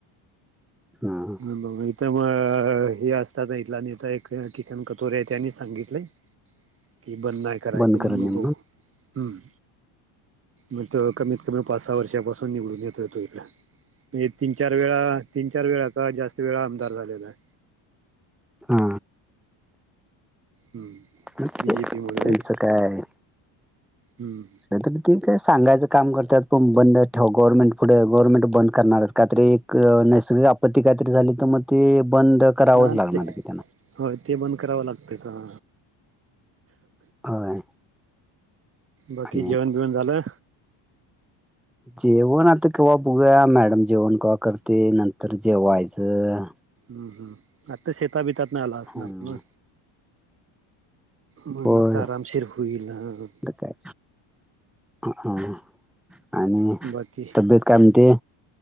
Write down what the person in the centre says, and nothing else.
हा.
बंद
करत नाही
हा
त्यांचं
काय.
नाहीरी ते का सगायचं काम करतात पण बंद ठेव गव्हर्नमेंट पुढे गव्हर्मेंट बंद करणारच काय तरी एक नैसर्गिक आपत्ती काहीतरी झाली तर मग ते बंद करावंच
लागणार
की त्यांना
होय.
आणि
जेवण आता केव्हा बघूया मॅडम जेवण केव्हा करते. नंतर जेवायचं.
हम्म
होय
काय ह आणि
तब्येत काय म्हणते.